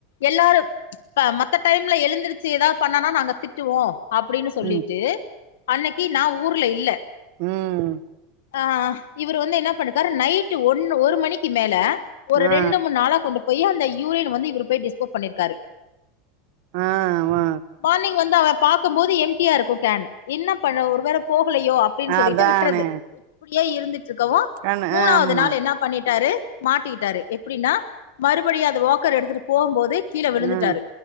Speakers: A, on the left; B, on the right.
A: எல்லாரு இப்ப மத்த டைம்ல எழுந்துருச்சு ஏதாது பண்ணனா நாங்க திட் டுவோ அப்டினு சொல்லிட்டு
B: ம்
A: அன்னைக்கு நா ஊர்ல இல்ல
B: ம்
A: ஆ இவரு வந்து என்ன பண்ணிருக்காரு நைட்டு ஒன்னு ஒரு மணிக்கு மேல ஒரு
B: ஆ
A: ரெண்டு மூணு நாளா கொண்டு போயி அந்த யூரின் வந்து இவுரு போய் டிஸ்போஸ் பண்ணிருக்காரு
B: ஆ வா
A: மார்னிங் வந்து அத பாக்கு போது எம்டியா இருக்கு கேன் என்ன பண்ண ஒரு வேல போகலயோ அப் அப்டினு சொல்லிட்டு
B: அதானே
A: விட்றது இப்படியே இருந்துட்டு இருக்கவு
B: கண்
A: மூணாவது
B: ஆமா
A: நாளு என்ன பண்ணிட்டாரு மாட்டிகிட்டாரு எப்டினா மறுபடியு அது வாக்கர் எடுத்துட்டு போகுபோது கீழ விழுந்துட்டாரு
B: ம்